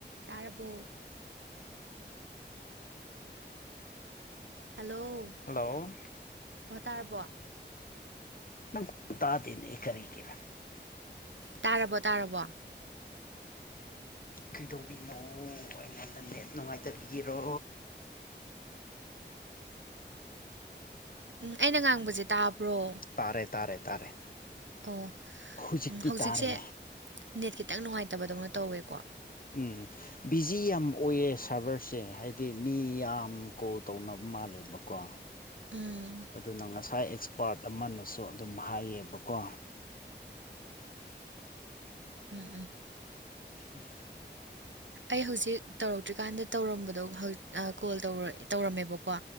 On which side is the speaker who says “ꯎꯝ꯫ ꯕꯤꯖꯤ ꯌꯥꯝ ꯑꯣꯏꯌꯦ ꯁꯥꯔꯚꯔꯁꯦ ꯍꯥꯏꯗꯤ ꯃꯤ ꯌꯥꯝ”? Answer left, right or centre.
Left